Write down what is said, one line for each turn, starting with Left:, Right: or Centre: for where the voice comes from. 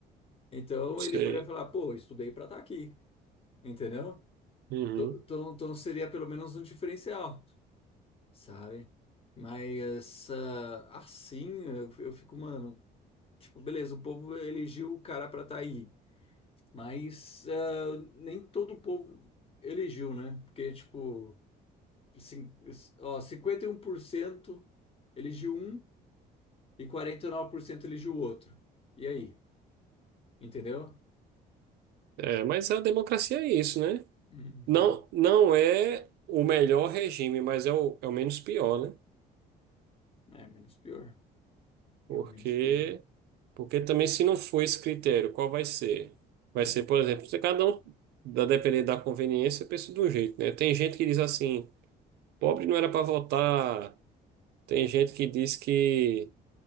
Left: Então
Right: Sei.
Left: ele poderia falar, pô, estudei para estar aqui, entendeu?
Right: Uhum.
Left: Então então então seria pelo menos um diferencial. sabe? Mas ah, assim, eu, eu fico, mano, tipo, beleza, o povo elegeu o cara pra tá aí, mas ah, nem todo o povo elegeu, né? Porque, tipo, cin- ó, 51% elegiu um e 49% elegiu o outro. E aí, entendeu?
Right: É, mas a democracia é isso, né?
Left: Uhum.
Right: Não, não é o melhor regime, mas é o, é o menos pior, né?
Left: É menos pior,
Right: Porque,
Left: é o menos pior,
Right: porque também se não for esse critério, qual vai ser? Vai
Left: Hum,
Right: ser, por exemplo, se cada um, da depender da conveniência, pensa de um jeito, né? Tem gente que diz assim, Pobre não era para votar. Tem gente que diz que,